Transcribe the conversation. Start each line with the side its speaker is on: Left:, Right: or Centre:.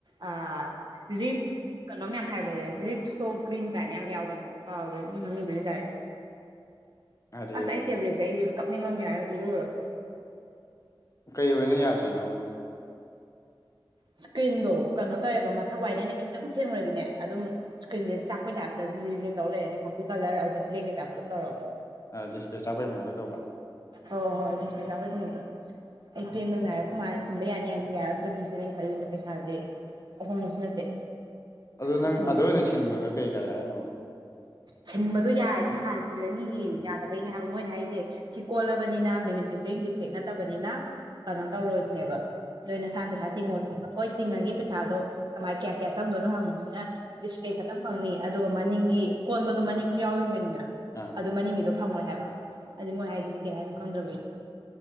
Right: ꯑꯥ ꯔꯤꯞ ꯀꯩꯅꯣꯝ ꯃꯌꯥꯝ ꯍꯥꯏꯕꯅꯦ ꯔꯤꯞꯁꯣ ꯒ꯭ꯔꯤꯟ ꯀꯥꯏꯅ ꯌꯥꯝ ꯌꯥꯎꯕꯅꯦ ꯀꯥꯎꯒꯔꯦ ꯃꯃꯤꯡꯗꯨꯗꯤ ꯗꯥꯏꯔꯦꯛ
Left: ꯍꯥꯏꯗꯤ
Right: ꯑꯁ ꯑꯩ ꯇꯦꯕ꯭ꯂꯦꯠꯁꯦ ꯑꯩ ꯀꯞꯅꯤꯡꯕ ꯑꯃ ꯌꯥꯎꯋꯦ ꯎꯔ ꯎꯔꯒ
Left: ꯀꯩ ꯑꯣꯏꯅ ꯌꯥꯗꯔꯤꯅꯣ
Right: ꯏꯁꯀ꯭ꯔꯤꯟꯗꯣ ꯀꯩꯅꯣ ꯇꯧꯋꯦꯕ ꯃꯊꯛ ꯋꯥꯏꯗ ꯑꯩꯅ ꯈꯤꯇ ꯈꯤꯇꯪ ꯊꯦꯡꯉꯨꯔꯗꯤꯅꯦ ꯑꯗꯨꯝ ꯏꯁꯀ꯭ꯔꯤꯟꯁꯦ ꯆꯥꯛꯄꯩ ꯇꯥꯏꯞꯇ ꯖꯤꯔꯤ ꯇꯧꯔ ꯂꯩꯔꯅꯤ ꯀꯣꯐꯤ ꯀꯂꯔ ꯑꯗꯨꯗ ꯕ꯭ꯂꯦꯛꯀꯩ ꯀꯥ ꯄꯨꯂꯞ ꯇꯧꯔꯒ
Left: ꯗꯤꯁꯄ꯭ꯂꯦ ꯆꯥꯛꯄꯩ ꯃꯑꯣꯡꯗ ꯇꯧꯕ
Right: ꯍꯣꯏ ꯍꯣꯏ ꯗꯤꯁꯄꯂꯦ ꯆꯥꯛꯄꯩ ꯃꯑꯣꯡꯗ ꯑꯩ ꯄꯦꯟꯕ ꯅꯥꯏꯔꯔꯣꯏ ꯑꯩꯈꯣꯏ ꯃꯥꯅ ꯁꯤꯟꯕ ꯌꯥꯅꯤ ꯍꯥꯏꯗꯤ ꯌꯥꯔꯛꯇ꯭ꯔꯗꯤ ꯁꯤꯅꯦ ꯑꯩꯅ ꯈꯜꯂꯤꯁꯦ ꯄꯩꯁꯥꯥꯁꯦ ꯑꯍꯣꯡꯕꯁꯨ ꯅꯠꯇꯦ
Left: ꯑꯗꯨꯗꯣ ꯅꯪ
Right: ꯑꯩ
Left: ꯑꯗꯨꯗ ꯑꯣꯏꯅ ꯁꯤꯟꯕꯗꯣ ꯀꯩ ꯀꯥꯏ ꯍꯥꯏꯅꯣꯕ
Right: ꯁꯤꯟꯕꯗꯣ ꯌꯥꯔꯗꯤ ꯅꯍꯥꯟꯅ ꯁꯤꯜꯂꯅꯤ ꯌꯥꯗꯕꯩꯅꯦ ꯍꯥꯏꯕ ꯃꯣꯏꯅ ꯍꯥꯏꯔꯤꯁꯦ ꯁꯤ ꯀꯣꯜꯂꯕꯅꯤꯅ ꯃꯦꯅꯨꯐꯦꯛꯆꯔꯤꯡ ꯗꯤꯐꯦꯛ ꯅꯠꯇꯕꯅꯤꯅ ꯇꯧꯔꯣꯏꯁꯤꯅꯦꯕ ꯅꯣꯏ ꯅꯁꯥꯅ ꯄꯩꯁꯥ ꯇꯤꯡꯉꯣꯁꯤꯅꯦꯕ ꯍꯣꯏ ꯇꯤꯡꯉꯒꯦ ꯄꯩꯁꯥꯗꯣ ꯀꯃꯥꯏ ꯀꯌꯥ ꯀꯌꯥ ꯆꯪꯗꯣꯏꯅꯣ ꯍꯪꯕꯁꯤꯅ ꯗꯤꯁꯄ꯭ꯂꯦ ꯈꯛꯇꯪ ꯐꯪꯅꯤ ꯑꯗꯨꯒ ꯃꯅꯤꯡꯒꯤ ꯀꯣꯟꯕꯗꯣ ꯃꯅꯤꯡꯁꯨ ꯌꯥꯎꯔꯤꯕꯅꯤꯅ
Left: ꯑꯥ
Right: ꯑꯗꯨ ꯃꯅꯤꯡꯒꯤꯗꯣ ꯐꯪꯉꯣꯏ ꯍꯥꯏꯕ ꯍꯥꯏꯗꯤ ꯃꯣꯏ ꯍꯥꯏꯗꯨꯗꯤ ꯀꯩ ꯍꯥꯏꯅꯣ ꯈꯪꯗ꯭ꯔꯕ ꯑꯩꯁꯨ